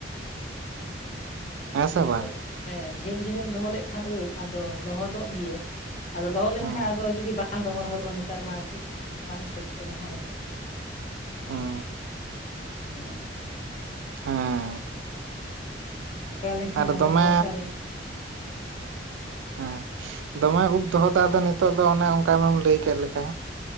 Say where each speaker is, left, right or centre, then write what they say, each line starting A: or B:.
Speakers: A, on the left (about 40°); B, on the right (about 80°).
A: ᱟᱫᱚ <unintelligible>
B: ᱦᱮᱸ ᱥᱮ
A: ᱱᱤᱛᱚᱜ
B: ᱵᱟᱝ
A: ᱦᱮᱸ ᱡᱷᱟᱹᱞ ᱡᱷᱟᱹᱞᱢ ᱫᱚᱦᱚ ᱞᱮᱜ ᱠᱷᱟᱱ ᱩᱵ ᱟᱫᱚ ᱞᱚᱦᱚᱫᱚᱜ ᱜᱮᱭᱟ᱾ ᱟᱫᱚ ᱞᱚᱦᱚᱜ ᱞᱮᱱᱠᱷᱟᱱ
B: ᱦᱩᱸ
A: ᱟᱫᱚ ᱡᱩᱫᱤ ᱵᱟᱝ ᱵᱟᱝ ᱨᱚᱦᱚᱨ ᱦᱚᱫᱚᱜᱼᱟ᱾ ᱱᱮᱛᱟᱨ ᱢᱟ ᱴᱷᱤᱠ ᱴᱷᱟᱠ ᱟᱨᱚ ᱵᱟᱝᱮ ᱥᱮᱛᱩᱝᱼᱟ ᱦᱚᱜᱼᱚᱭ ᱵᱚᱨᱥᱟ ᱨᱮ‌ ᱢᱟ᱾
B: ᱦᱩᱸ
A: <unintelligible>
B: ᱦᱮᱸ
A: <unintelligible> ᱞᱮᱱᱠᱷᱟᱱ
B: ᱟᱨ
A: ᱟᱨᱦᱚᱸ
B: ᱫᱚᱢᱮ
A: ᱵᱚᱨᱥᱟ ᱨᱮ ᱦᱮᱸ᱾
B: ᱦᱮᱸ ᱫᱚᱢᱮ ᱩᱵ ᱫᱚᱦᱚ ᱫᱚ ᱟᱫᱚ ᱱᱤᱛᱚᱜ ᱫᱚ ᱚᱱᱮ ᱚᱝᱠᱟ ᱟᱢᱮᱢ ᱞᱟᱹᱭ ᱠᱮᱜ ᱞᱮᱠᱟ᱾